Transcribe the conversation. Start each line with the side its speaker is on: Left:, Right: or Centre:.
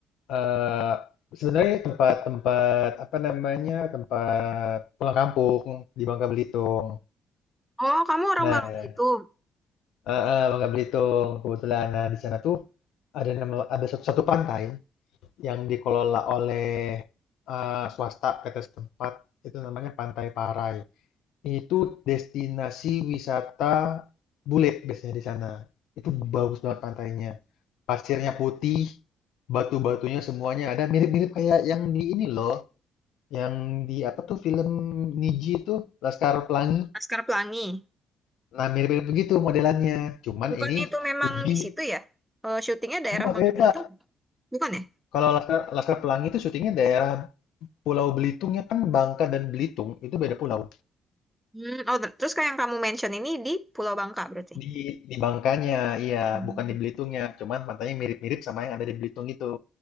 Left: eh sebenarnya tempat-tempat apa namanya tempat pulang kampung di Bangka Belitung.
Centre: Oh, kamu orang
Left: Nah,
Centre: Bangka itu,
Left: eh, eh, Bangka Belitung kebetulan nah, di sana tuh ada nama ada satu, satu pantai yang dikelola oleh eh, swasta PT setempat itu namanya Pantai Parai. Itu destinasi wisata bule biasanya di sana. Itu bagus banget pantainya. Pasirnya putih, batu-batunya semuanya ada mirip-mirip kayak yang di ini loh, yang di apa tuh film Niji itu Laskar Pelangi.
Centre: Laskar Pelangi.
Left: Nah, mirip-mirip begitu modelannya. Cuman
Centre: Bukan
Left: ini
Centre: itu memang
Left: lebih
Centre: di situ ya? Eh, syutingnya daerah
Left: enggak
Centre: Bangka
Left: beda.
Centre: bukan ya?
Left: Kalau Laskar, Laskar Pelangi itu syutingnya daerah Pulau Belitung ya kan Bangka dan Belitung itu beda pulau.
Centre: Hmm, oh, ter- terus kayak yang kamu mention ini di Pulau Bangka berarti.
Left: Di di Bangkanya, iya,
Centre: Hmm.
Left: bukan di Belitungnya. Cuman pantainya mirip-mirip sama yang ada di Belitung itu.